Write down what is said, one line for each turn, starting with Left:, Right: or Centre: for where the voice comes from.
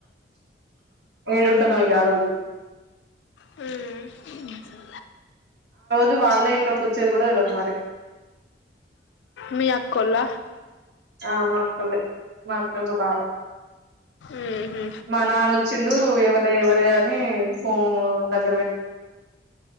Right: ఏడుంటా దో ఇగా ఆ రోజు
Left: హుమ్ ఇ సా
Right: జు వాళ్లే ఇక్కడికోచ్చేది గూడా తెలవదు మరి
Left: మీ అక్కోల్ల
Right: ఆ మా అక్కొల్లె. మా అక్క మా బావ
Left: ఉహు
Right: మా నాన్నొచ్చిండు ఎవరే ఎవరే అ నీ ఫోంగ్ దగ్